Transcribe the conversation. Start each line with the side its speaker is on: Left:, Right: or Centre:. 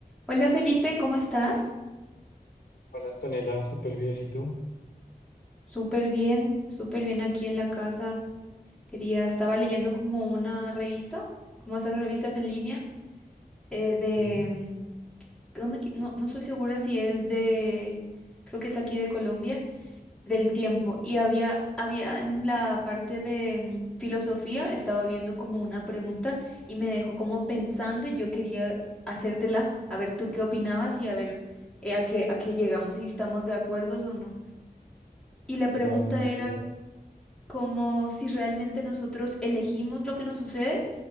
Centre: Hola Felipe, ¿cómo estás?
Left: Hola Antonella, súper bien. ¿Y tú?
Centre: Súper bien, súper bien aquí en la casa. Quería, estaba leyendo como una revista, como esas revistas en línea, eh, de,
Left: Sí,
Centre: mm, que no me equi- no, no estoy segura si es de, creo que es aquí de Colombia, del tiempo. Y había, había en la parte de mm, filosofía, estaba viendo como una pregunta y me dejó como pensando y yo quería hacértela, a ver tú qué opinabas y a ver eh, a qué, a qué llegamos, si estamos de acuerdo o no. Y la pregunta
Left: dale, dale,
Centre: era
Left: dale.
Centre: como si realmente nosotros elegimos lo que nos sucede